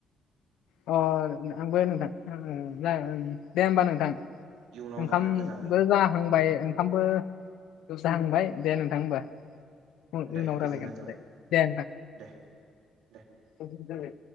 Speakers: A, on the left; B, on the right.
A: <unintelligible>
B: इयुनाव
A: ओंखामबो
B: जों मोजाङै
A: जाहांबाय ओंखामबो जाहांबाय दे नोंथां होमबा। उनाव
B: दे गोजोननाय
A: रायलायगोन होनलाय
B: थाबाय
A: दे
B: दे दे
A: नोंथां दे।